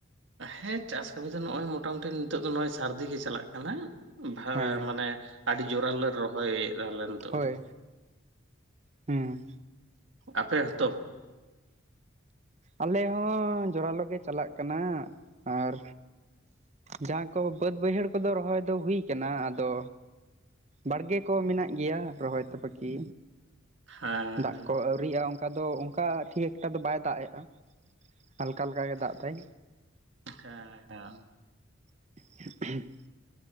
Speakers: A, on the right; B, on the right.
A: ᱦᱮᱸ ᱪᱟᱥ ᱠᱟᱹᱢᱤ ᱫᱚ ᱱᱚᱜᱼᱚᱭ ᱢᱳᱴᱟᱢᱩᱴᱤ ᱱᱤᱛᱚᱜ ᱫᱚ ᱱᱚᱜᱼᱚᱭ ᱥᱟᱹᱨᱫᱤ ᱜᱮ ᱪᱟᱞᱟᱜ ᱠᱟᱱᱟ ᱵᱷᱟᱲ
B: ᱦᱮᱸ
A: ᱢᱟᱱᱮ ᱟᱹᱰᱤ ᱡᱳᱨᱟᱞᱳ ᱞᱮ ᱨᱚᱦᱚᱭᱮᱫ ᱟᱞᱮ ᱱᱤᱛᱚᱜ
B: ᱦᱳᱭ
A: ᱫᱚ᱾
B: ᱦᱩᱸ
A: ᱟᱯᱮ ᱦᱸᱛᱚ
B: ᱟᱞᱮ ᱦᱚᱸ ᱡᱚᱨᱟᱞᱳ ᱜᱮ ᱪᱟᱞᱟᱜ ᱠᱟᱱᱟ ᱟᱨ ᱡᱟᱦᱟᱸ ᱠᱚ ᱵᱟᱹᱫᱽ ᱵᱟᱹᱭᱦᱟᱹᱲ ᱠᱚᱫᱚ ᱨᱚᱦᱚᱭ ᱫᱚ ᱦᱩᱭ ᱠᱟᱱᱟ ᱟᱫᱚ ᱵᱟᱲᱜᱮ ᱠᱚ ᱢᱮᱱᱟᱜ ᱜᱮᱭᱟ ᱨᱚᱦᱚᱭ ᱛᱮ ᱵᱟᱠᱤ
A: ᱦᱮᱸ
B: ᱫᱟᱜ
A: ᱦᱮᱸ
B: ᱠᱚ ᱟᱹᱣᱨᱤᱜᱼᱟ ᱚᱱᱠᱟ᱾ ᱚᱱᱠᱟ ᱫᱚ ᱚᱱᱠᱟ ᱴᱷᱤᱠ ᱮᱠᱴᱟ ᱫᱚ ᱵᱟᱭ ᱫᱟᱜ ᱮᱫᱟ ᱦᱟᱞᱠᱟ ᱦᱟᱞᱠᱟ ᱜᱮ ᱫᱟᱜ ᱫᱟᱭ᱾
A: ᱦᱮᱸ ᱦᱮᱸ᱾
B: <unintelligible>